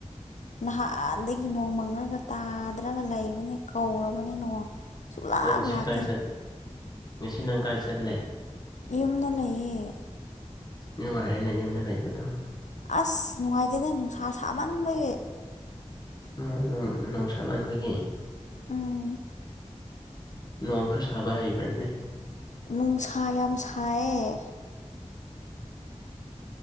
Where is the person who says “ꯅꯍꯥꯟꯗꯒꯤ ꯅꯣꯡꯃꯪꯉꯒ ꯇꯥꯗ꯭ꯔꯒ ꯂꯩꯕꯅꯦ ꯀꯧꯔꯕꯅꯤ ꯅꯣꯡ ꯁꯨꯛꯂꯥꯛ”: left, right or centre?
Left